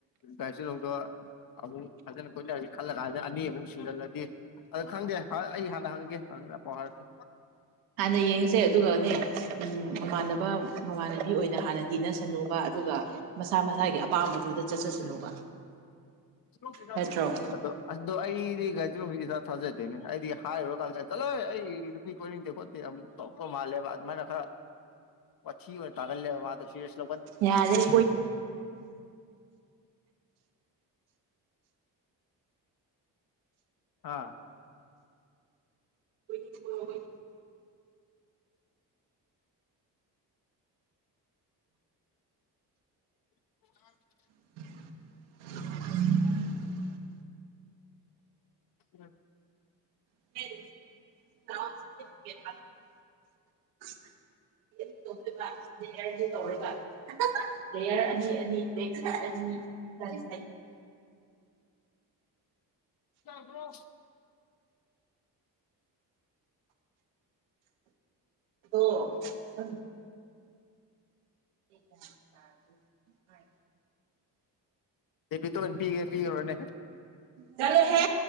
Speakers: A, on the left; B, on the right.
A: ꯌꯥꯥꯏꯁꯨ ꯂꯖꯣ ꯑꯃꯨꯛ ꯐꯖꯅ ꯀꯣꯏꯂꯁꯤ ꯈꯜꯂꯀꯥꯟꯁꯤꯗ ꯑꯅꯤꯃꯨꯛ ꯁꯤꯨꯖꯤꯜꯂꯗꯤ ꯑ ꯈꯪꯗꯦ ꯑꯩ ꯍꯥꯟꯅ ꯍꯪꯒꯦ ꯍꯪꯒꯦ ꯄꯥꯎ ꯍꯥꯏꯔꯁꯤꯦ
B: ꯍꯥꯟꯅ ꯌꯦꯡꯉꯁꯦ ꯑꯗꯨꯒꯅꯦ ꯃꯃꯥꯟꯅꯕ ꯃꯃꯥꯟꯅꯕꯤ ꯑꯣꯏꯅ ꯍꯥꯟꯅ ꯇꯤꯟꯅꯁꯅꯨꯕ ꯑꯗꯨꯒ ꯃꯁꯥ ꯃꯁꯥꯒꯤ ꯑꯄꯥꯝꯕꯗꯨꯗ ꯆꯠꯆꯁꯅꯨꯕ
A: ꯁꯤ
B: ꯅꯠꯇ꯭ꯔꯣ
A: ꯑꯗꯨ ꯑꯗꯣ ꯑꯩꯗꯤ ꯒꯥꯔꯤꯁꯤꯦ ꯍꯧꯖꯤꯛ ꯏꯁꯥ ꯊꯥꯖꯗꯦꯅꯦ ꯑꯩꯗꯤ ꯍꯥꯏꯔꯨꯔꯀꯥꯟꯗ ꯆꯠꯂꯣꯏ ꯑꯩ ꯅꯨꯄꯤ ꯣꯏꯅꯤꯡꯗꯦ ꯈꯣꯠꯇꯦ ꯑꯃꯨꯛ ꯇꯧꯄ ꯃꯥꯜꯂꯦꯕ ꯑꯗꯨꯃꯥꯏꯅ ꯈꯔ ꯋꯥꯊꯤ ꯑꯣꯏꯅ ꯇꯥꯒꯜꯂꯦꯕ ꯃꯥ ꯐꯦꯁ
B: ꯌꯥꯗꯣꯏ
A: ꯍꯥꯥ
B: ꯑꯩꯣꯏ
A: ꯑ
B: <unintelligible>
A: ꯎꯝ
B: <unintelligible> <unintelligible> ꯇꯧꯔꯒ ꯂꯦꯌꯔ ꯑꯅꯤ ꯑꯅꯤ ꯕꯦꯛ ꯁꯥꯏꯠ ꯑꯅꯤ ꯐ꯭ꯔꯟ ꯁꯥꯏꯠ ꯑꯅꯤ
A: ꯭ꯔꯣ
B: ꯑꯗꯨ ꯍ ꯦ ꯇꯦ
A: ꯦ ꯄꯤ ꯇꯣꯏꯅ ꯄꯤꯒꯦ ꯄꯤꯈ꯭ꯔꯣꯅꯦ
B: ꯆꯠꯂꯣꯍꯦ